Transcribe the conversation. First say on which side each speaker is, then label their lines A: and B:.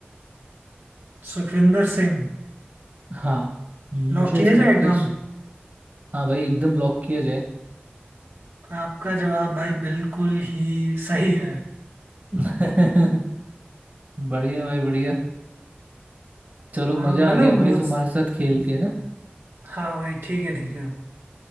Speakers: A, on the right; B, on the right.
A: सुखविंदर सिंह
B: हाँ मुझे
A: लॉक किया
B: ऐसे
A: जाए
B: लगता
A: एकदम
B: है हाँ भाई एकदम लॉक किया जाए
A: आपका जवाब भाई बिल्कुल ही सही है
B: <laughs> बढ़िया भाई बढ़िया चलो
A: हाँ
B: मजा
A: मतलब
B: आ गया
A: मुझ
B: भाई तुम्हारे साथ खेल के ना
A: हाँ भाई ठीक है ठीक है